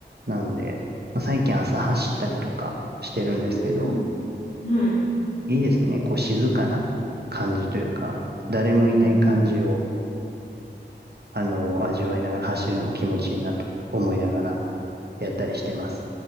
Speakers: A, on the right (about 60°); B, on the left (about 50°).
A: なので、まあ、最近朝走ったりとかしてるんですけど、
B: うん。はい。
A: いいですよね。こう静かな感じというか、誰もいない感じを、
B: うん。
A: あの、味わいながら走るのも気持ちいいなと思いながらやったりしてます。